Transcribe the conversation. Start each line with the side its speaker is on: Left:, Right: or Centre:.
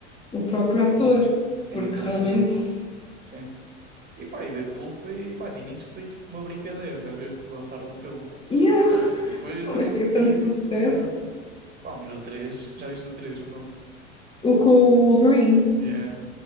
Left: o próprio ator,
Right: Sim. Sim,
Left: porque
Right: penso
Left: realmente.
Right: eu.
Left: <laughs>
Right: Sim. E pá, e Deadpool foi, pá, de início foi tipo uma brincadeira, estás a ver? Que lançaram o filme.
Left: Yeah,
Right: E depois deu
Left: mas teve
Right: um
Left: tanto
Right: êxito
Left: sucesso.
Right: do caralho. Pá, mas o três já viste o três o novo?
Left: O com o Wolverine,
Right: Yeah,